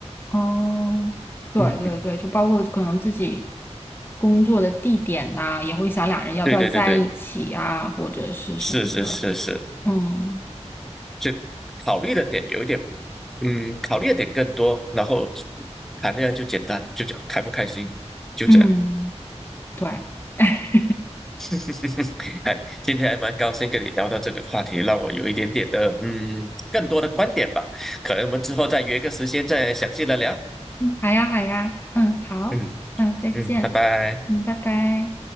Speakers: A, on the left (about 20°); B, in the centre.
A: 哦，对对对，
B: 嗯，
A: 就包括可能自己工作的地点呐、也会想两人要不要在一起啊，
B: 对对对对，
A: 或者是什么的，
B: 是是是是，
A: 嗯
B: 就考虑的点有一点不，嗯，考虑的点更多，然后谈恋爱就简单，就讲开不开心，就这样。
A: 嗯，对，<laughs> 哎，
B: <laughs> 哎，今天还蛮高兴跟你聊到这个话题，让我有一点点的嗯更多的观点吧，可能我们之后再约个时间再详细的聊。
A: 好呀好呀，嗯好，
B: 嗯
A: 嗯再见，
B: 嗯，拜拜。
A: 嗯拜拜。